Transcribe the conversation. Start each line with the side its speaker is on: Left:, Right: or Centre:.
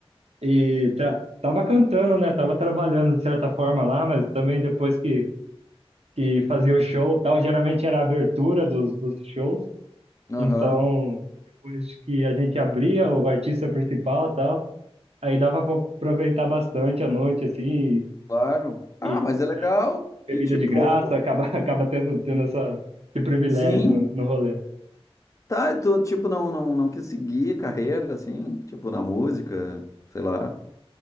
Right: e tra- tava cantando, né? Tava trabalhando de certa forma lá, mas também depois que, que fazia o show e tal, geralmente era a abertura dos, dos shows.
Left: Aham.
Right: Então, depois que a gente abria, o artista principal e tal, aí dava pra aproveitar bastante a noite, assim,
Left: Claro. Ah,
Right: e
Left: mas é legal.
Right: bebida
Left: E tipo,
Right: de graça, acaba, <laughs> acaba tendo, tendo essa, esse privilégio
Left: sim,
Right: no, no rolê.
Left: tá, e tu tipo não não não quis seguir carreira assim, tipo na música, sei lá.